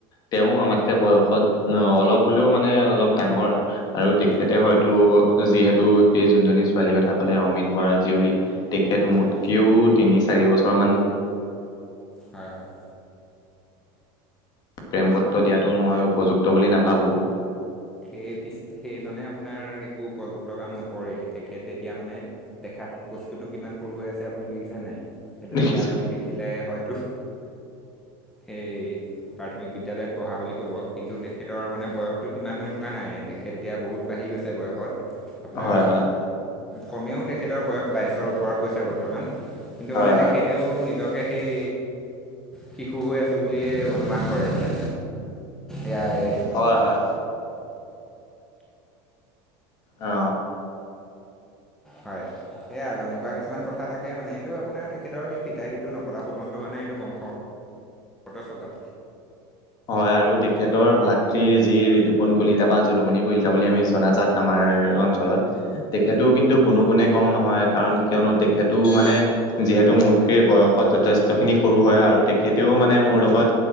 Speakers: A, on the left (about 35°); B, in the centre.
A: তেওঁ আমাতকে বয়সত অলপ হ'লেও মানে অলপ ডাঙৰ আৰু তেখেতে
B: হয়
A: হয়তো যিহেতু সেই যোনজনী ছোৱালীৰ কথা কলে অমিত বৰা জীয়ৰী তেখেত মোতকেও
B: হয়
A: তিনি চাৰি বছৰমান
B: হয় হয়।
A: প্ৰেমপত্ৰ দিয়াটো মই উপযুক্ত বুলি নাভাবোঁ।
B: সেই পিছ সেইজনে আপোনাৰ একো উপযুক্ত কাম নকৰে তেখেত এতিয়া মানে দেখাত বস্তুটো কিমান সৰু হৈ আছে আপুনি দেখিছে নাই সেইটো
A: দেখিছো
B: এতিয়া আপুনি দেখিলে হয়তো
A: <inaudible>
B: সেই প্ৰাথমিক বিদ্যালয়ত পঢ়া বুলি ক'ব কিন্তু, তেখেতৰ মানে বয়সটো সিমান হৈ থকা নাই তেখেত এতিয়া বহুত বাঢ়ি গৈছে বয়সত, আপোনাৰ
A: হয় হয়
B: কমেও তেখেতৰ বয়স বাইছৰ ওপৰত গৈছে বৰ্তমান কিন্তু
A: হয়
B: মানে তেখেতেও নিজকে সেই শিশু হৈ আছোঁ বুলিয়েই অনুমান কৰে মানে। এয়াই
A: হয় হয় হয় অঁ।
B: হয় এই আৰু এনেকুৱা কিছুমান কথা থাকে মানে এইটো আপোনাৰ তেখেতৰ সেই ফিতাহিটো নপতা ফুকনটো মানে এইটো বংশগতৰ স্বভাৱ।
A: হয় আৰু তেখেতৰ ভাতৃ যি ৰিতুপন কলিতা বা যদুমণি কলিতা বুলি আমি জনাজাত আমাৰ আমাৰ অঞ্চলত তেখেতও কিন্তু কোনো গুণে কম নহয় কাৰণ কিয়নো তেখেতো মানে যিহেতু মোতকৈ বয়সত যথেষ্টখিনি সৰু হয় আৰু তেখেতেও মানে মোৰ লগত